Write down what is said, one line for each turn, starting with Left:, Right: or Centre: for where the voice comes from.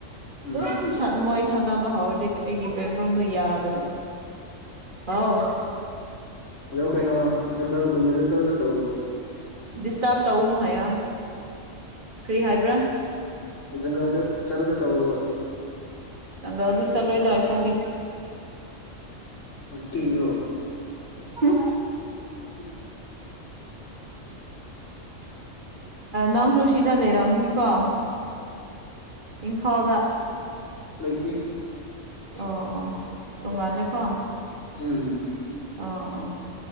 Left: ꯎꯝ
Right: ꯗꯨꯝ ꯁꯪ ꯃꯣꯏ ꯁꯥꯟꯅꯕ ꯍꯧꯔꯗꯤ ꯑꯩꯒꯤ ꯕꯦꯛꯒ꯭ꯔꯥꯎꯟꯗꯣ ꯌꯥꯗꯕ ꯍꯥꯎ
Left: ꯑꯗꯣ ꯀꯩꯅꯣ ꯖꯪꯒꯜ ꯒꯨꯝꯕꯗ ꯆꯠꯂꯒ ꯇꯧ
Right: ꯗꯤꯁꯇꯥꯞꯕ ꯇꯧꯅꯨ ꯍꯥꯏꯌꯣ ꯀꯔꯤ ꯍꯥꯏꯕ꯭ꯔꯥ
Left: ꯖꯪꯒꯥꯜꯗ ꯆꯠꯂꯒ ꯇꯧꯑꯧ
Right: ꯖꯪꯒꯥꯜꯗꯤ ꯆꯠꯂꯣꯏꯗ ꯑꯈꯣꯏꯗꯤ
Left: ꯀꯤꯕ꯭ꯔꯣ
Right: <inaudible> ꯅꯪꯁꯨ ꯁꯤꯗ ꯂꯩꯔꯝꯒꯅꯤꯀꯣ ꯏꯝꯐꯥꯜꯗ
Left: ꯂꯩꯇꯦ
Right: ꯑꯣ ꯑꯣ ꯇꯨꯡꯉꯥꯟꯂꯦꯀꯣ
Left: ꯎꯝ
Right: ꯑꯣ ꯑꯣ